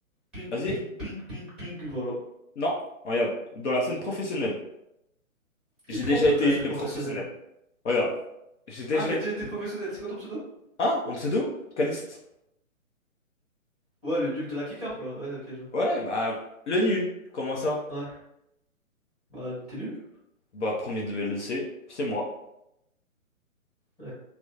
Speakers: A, in the centre; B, on the left.
A: Ping,
B: Vas-y.
A: ping, ping, ping, ping, voilà.
B: Non. Regarde, dans la scène professionnelle. J'ai
A: Et pourquoi
B: déjà
A: on parle
B: été
A: de la scène professionnelle?
B: professionnel. Regarde. J'ai déjà
A: Ah, t'as déjà été professionnel, c'est quoi ton pseudo?
B: Ah, en pseudo? Caliste.
A: Ouais, le nul de la K-Carp, là. Ouais, ok, je vois.
B: Ouais, bah, le nul. Comment ça?
A: Ouais. Bah, t'es nul?
B: Bah, premier de LEC, c'est moi.
A: Ouais.